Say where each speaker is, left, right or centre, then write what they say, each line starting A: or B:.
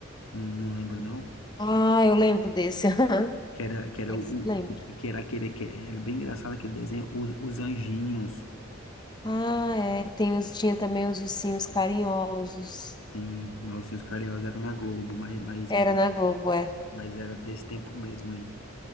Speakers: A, on the left (about 80°); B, on the left (about 20°).
A: Não, não lembra, não?
B: Ah, eu lembro desse. <laughs>
A: Que era, que era,
B: Esse
A: o,
B: eu lembro.
A: o- que era aquele que era bem engraçado aquele desenho, os, os anjinhos,
B: Ah, é. Tem os, tinha também os ursinhos carinhosos.
A: sim, mas assim, os Carinhosos era na Globo, mas, mas,
B: Era
A: é,
B: na Globo, é.
A: mas era desse tempo mesmo aí.